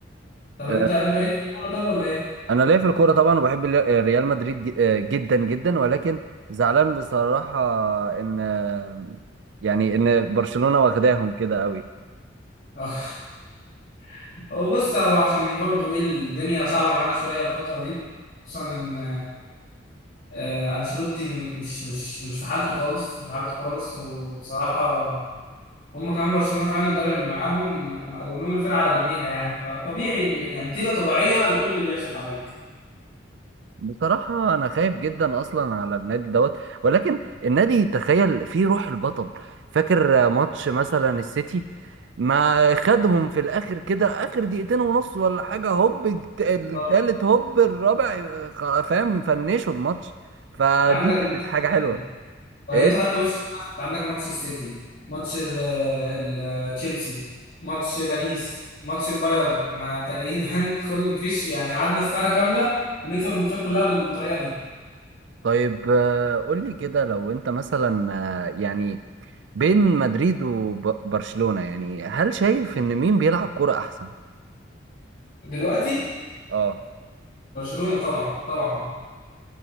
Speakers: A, on the left; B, on the right.
A: طب انت
B: آه،
A: انت ليك في الكوره طب ولا ايه؟
B: انا ليا في الكوره طبعا وبحب ال- ريال مدريد ج- آه، جدا جدا ولكن زعلان بصراحه ان آه، يعني ان برشلونه واخداهم كده قوي
A: اه <laughs> هو بص هو عشان برضه ايه الدنيا صعبه معانا شويه الفتره دي خصوصا ان آه، انشيلوتي مش مش مش في حالته خالص مش في حالته خالص وبصراحه هم كمان برشلونه فعلا المدرب اللي معاهم م- مقوم لهم الفرقه على رجليها يعني فطبيعي إن- يعني نتيجه طبيعية لكل اللي بيحصل حواليك
B: بصراحة أنا خايف جدا أصلا على النادي دوت ولكن النادي تخيل فيه روح البطل فاكر ماتش مثلا السيتي ما خدهم في الآخر كده آخر دقيقتين ونص ولا حاجة هوب الت- التالت
A: طب
B: هوب الرابع آه، خ- فاهم فنشوا الماتش فدي
A: انت عندك
B: كانت
A: ماتش
B: حاجة حلوة
A: السيتي فايته
B: إيه
A: حتى ماتش انت عندك ماتش السيتي ماتش ال- ال- تشيلسي ماتش باريس ماتش البايرن احنا تقريبا <laughs> كل مفيش يعني قعدنا السنه كامله بنكسب الماتشات كلها بالطريقه دي
B: طيب آه، قولي كده لو أنت مثلا آه، يعني بين مدريد وبرشلونة يعني هل شايف إن مين بيلعب كرة أحسن؟
A: دلوقتي
B: اه
A: برشلونه طبعا طبعا